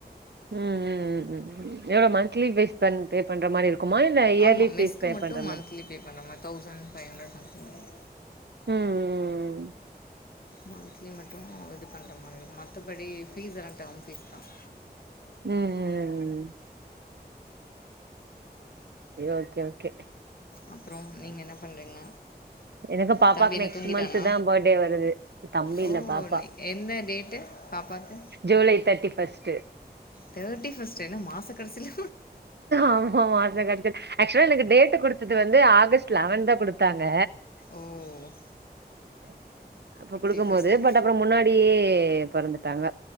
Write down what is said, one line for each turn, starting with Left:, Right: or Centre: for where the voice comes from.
Right: ம் ம் ம் எவ்ளோ மந்த்லி பீஸ் பே பண்ற மாறி இருக்குமா இல்ல இயர்லி
Left: ஆமா
Right: பீஸ்
Left: மெஸ்க்கு
Right: பே
Left: மட்டு
Right: பண்ற
Left: மந்த்லி
Right: மாறி
Left: பே பண்ற மாறி தௌசண்ட்ஃபைவ்ஹண்ட்ரட் சம்தி்ங் வரும்
Right: ம்.
Left: மந்த்லி மட்டும் இது பண்ற மாறி மத்தபடி ஃபீஸ் எல்லாம் டேம் ஃபீஸ் தான்
Right: ம் ம் ம் ம் சேர் ஓகே ஓகே
Left: அப்பறம் நீங்க என்ன பண்றீங்க
Right: எனக்கு பாப்பாக்கு
Left: தம்பி என்ன
Right: நெக்ஸ்ட்
Left: தூங்கிட்டானா
Right: மந்த் தான் பர்த்டே வருது தம்பி
Left: ஓ
Right: இல்ல பாப்பா
Left: நீ என்னடி கேட்டு பாப்பாக்கு
Right: July thirty first
Left: thirty first என்ன மாச கடைசியில
Right: ஆமா மாச கடைசில ஆக்சுவலா எனக்கு டேட்டு கொடுத்தது வந்து ஆகஸ்ட் லெவன் தா குடுத்தாங்க
Left: ம்
Right: ஆ அப்ப குடுக்கும்
Left: ஃபஸ்ட்டு
Right: போது பட் அப்புறம் முன்னாடியே பிறந்துட்டாங்க